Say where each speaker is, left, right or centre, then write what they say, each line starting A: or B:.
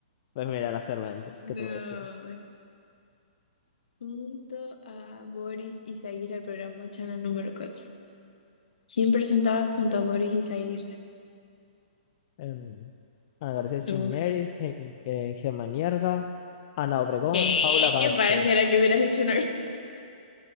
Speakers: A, on the left (about 45°); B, on the left (about 65°).
A: Pues mira, era Cervantes,
B: No.
A: ¿qué te voy a decir?
B: Junto a Boris Izaguirre, el programa Channel número cuatro ¿Quién presentaba junto a Boris Izaguirre?
A: Em, Ana García Ciñeris,
B: Uf.
A: Gen- eh, Gemma Nierga, Ana Obregón,
B: ¿Qué?
A: Paula Vázquez.
B: Pareciera que hubieras dicho una grosería.